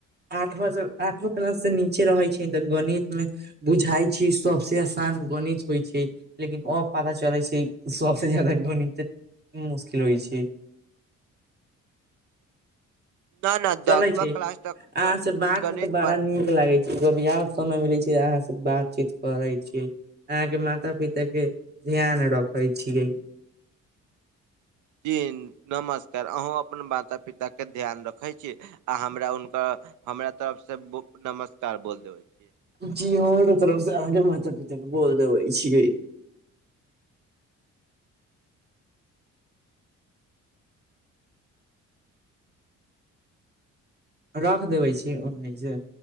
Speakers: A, on the right; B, on the right.
A: आठव आठव क्लस से नीचे रहै छै, तऽ गणित मे बुझाइ छै, सबसे आसान गणित होइ छै। लेकिन अब पता चलैत छै, सबसँ ज्यादा गणित तऽ मुश्किल होइ छै।
B: न न
A: चले
B: दसवा
A: छै,
B: क्लास तक
A: अहाँ
B: पूरा
A: से बात
B: गणित
A: के बड़ा
B: बा
A: नीक लागै छै, भ आओ समय मिलै छै, अहाँ से बातचीत करै छीयै। अहा के माता- पिता के ध्यान रखे छीयै।
B: जी नमस्कार! अहूँ अपन माता- पिता के ध्यान रखे छी। आ हमरा हुनका हमरा तरफ से नमस्कार! बोल देबे।
A: जी हमरो तरफ से, अहाँके माता- पिता के बोल देबे छियै। रख देबे छी ओनाहि जे